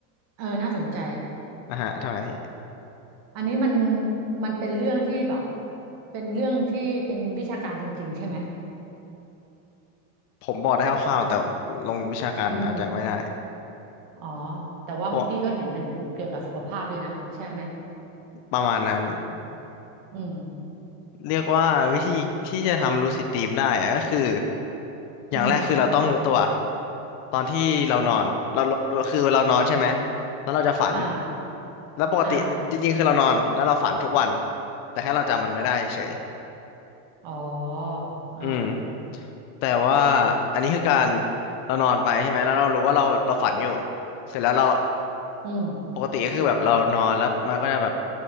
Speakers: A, on the right; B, on the left.
A: เออน่าสนใจ
B: อ่ะฮะทำไมพี่
A: อันนี้มันมันเป็นเรื่องที่แบบ เป็นเรื่องที่เป็นวิชาการจริงๆใช่ไหม
B: ผมบอกได้คร่าวๆแต่
A: ก็
B: ลงวิชาการอาจจะไม่ได้
A: อืมอ๋อ แต่ว่าพี่ก็เห็นมันอยู่เกี่ยวกับสุขภาพด้วยนะ
B: เพราะ
A: ใช่ไหม
B: ประมาณนั้น
A: อืมอืม
B: เรียกว่าวิธีที่จะทำลูซิดดรีมได้อะก็คืออย่างแรกคือเราต้องรู้ตัว
A: อืม
B: ตอนที่เรานอนเราเราคือเรานอนใช่ไหมแล้วเราจะฝัน
A: อ่า
B: แล้วปกติจริงๆคือเรานอนแล้วเราฝันทุกวัน
A: อ่า
B: แต่แค่เราจำมันไม่ได้เฉย
A: อ๋ออ่า
B: อืมแต่ว่าอันนี้คือการเรานอนไปใช่ไหมแล้วเรารู้ว่าเราเราฝันอยู่เสร็จแล้วเรา
A: อืม
B: ปกติก็คือแบบเรานอนแล้วมันก็จะแบบ